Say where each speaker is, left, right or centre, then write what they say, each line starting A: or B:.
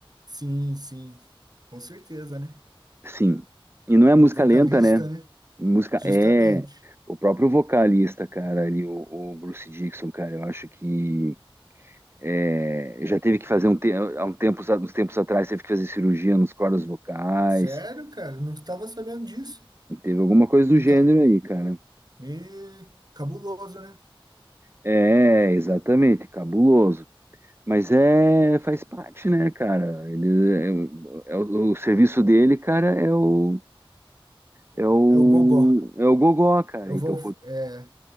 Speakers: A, on the right; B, on the right.
A: Sim, sim, com certeza, né?
B: Sim. E não é música
A: Vocalista,
B: lenta, né?
A: né?
B: Música
A: Justamente.
B: é o próprio vocalista, cara, ali, o, o Bruce Dixon, cara, eu acho que é, já teve que fazer um, te- há um tempo, uns tempos atrás, teve que fazer cirurgia nos cordas vocais,
A: Sério, cara, não estava sabendo disso.
B: teve alguma coisa
A: Não
B: do gênero
A: tá.
B: aí, cara.
A: Me... Cabuloso, né?
B: É, exatamente, cabuloso. Mas é, faz parte, né, cara? Ele, é, é é o, o serviço dele, cara, é o, é o,
A: É o gogó.
B: é o gogó, cara.
A: Eu
B: Então,
A: vou.
B: com,
A: É...